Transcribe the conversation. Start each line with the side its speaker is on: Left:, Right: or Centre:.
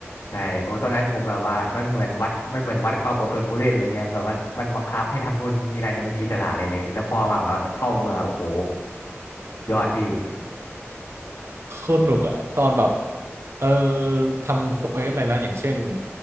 Left: ใช่โอ้ตอนนั้นผมแบบว่ามันเหมือนวัดมันเหมือนวัดความอดทนผู้เล่นอะไรเงี้ยแบบว่ามันบังคับให้ทำนู่นนี่นั่นยังไม่มีอิสระเลยเลยแล้วพอมาแบบว่าเข้าเมืองโอ้โหยอดพี่
Right: โคตรหนุกอะตอนแบบเออทำเควสอะไรนะอย่างเช่น